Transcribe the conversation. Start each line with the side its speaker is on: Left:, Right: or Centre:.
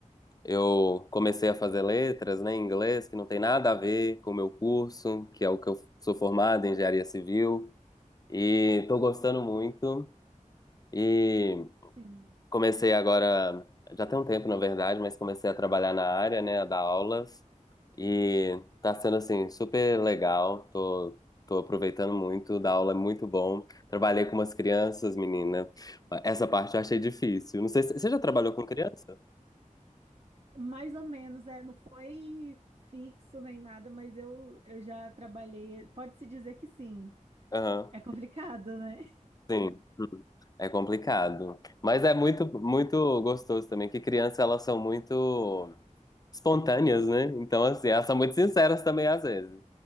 Left: eu comecei a fazer letras, né, em inglês, que não tem nada a ver com o meu curso, que é o que eu sou formado em engenharia civil, e tô gostando muito. E
Right: Sim.
Left: Comecei agora, já tem um tempo, na verdade, mas comecei a trabalhar na área, né, a dar aulas. E tá sendo, assim, super legal. Tô, tô aproveitando muito, dar aula é muito bom. Trabalhei com umas crianças, menina. Essa parte eu achei difícil. Não sei se você já trabalhou com criança?
Right: Mais ou menos, é, não foi fixo nem nada, mas eu, eu já trabalhei. Pode-se dizer que sim.
Left: Aham.
Right: É complicado, né?
Left: Sim, é complicado. Mas é muito, muito gostoso também, que crianças, elas são muito espontâneas, né? Então, assim, elas são muito sinceras também, às vezes.